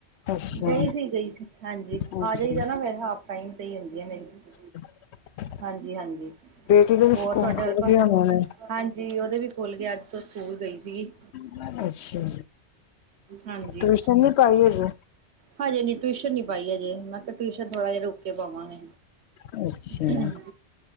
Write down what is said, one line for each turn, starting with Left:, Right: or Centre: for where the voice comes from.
Left: ਅੱਛਾ
Right: ਗਈ ਸੀ ਗਈ ਸੀ ਹਾਂਜੀ
Left: ਹਾਂਜੀ
Right: ਆ ਜਾਈਦਾ ਨਾ ਫੇਰ ਹਾਫ। ਟਾਈਮ ਤੇ ਈ ਹੁੰਦੀ ਐ ਮੇਰੀ।
Left: <inaudible>
Right: ਹਾਂਜੀ-ਹਾਂਜੀ।
Left: ਬੇਟੀ ਦੇ ਵੀ
Right: ਹੋਰ
Left: ਸਕੂਲ
Right: ਤੁਹਾਡੇ
Left: ਖੁੱਲ
Right: ਵੱਲ ਪਾਸੇ
Left: ਗਏ ਹੋਣੇ
Right: ਹਾਂਜੀ ਉਹਦੇ ਵੀ ਖੁੱਲ ਗਏ ਅੱਜ ਤੋਂ ਸਕੂਲ ਗਈ ਸੀਗੀ।
Left: ਨੇ ਅੱਛਾ
Right: ਹਾਂਜੀ।
Left: ਟਿਊਸ਼ਨ ਨੀ ਪਾਈਏ ਜੀ।
Right: ਹਾਂਜੀ ਨੀ, ਟਿਊਸ਼ਨ ਨੀ ਪਾਈ ਹਜੇ, ਮੈਂ ਕਿਹਾ ਟਿਊਸ਼ਨ ਥੋੜ੍ਹਾ ਜਿਹਾ ਰੁਕੇ ਕੇ ਪਾਵਾਂਗੇ।
Left: ਅੱਛਾ
Right: ਹਮ।